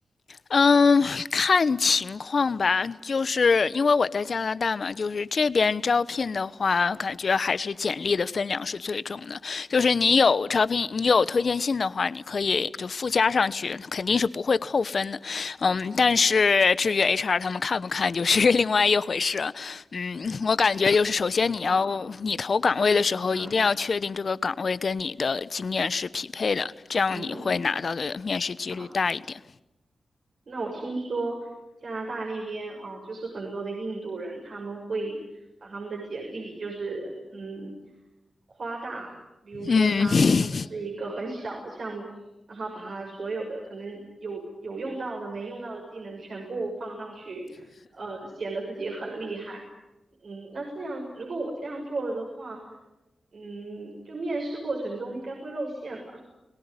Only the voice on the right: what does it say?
啊、嗯
嗯嗯，好。那我听说加拿大那边啊，就是很多的印度人，他们会把他们的简历就是嗯夸大，比如说他做的是一个很小的项目，
然后把他所有的可能有有用到的、没用到的技能全部放上去，嗯、显得自己很厉害。嗯，那这样如果我这样做了的话，嗯，就面试过程中应该会露馅吧？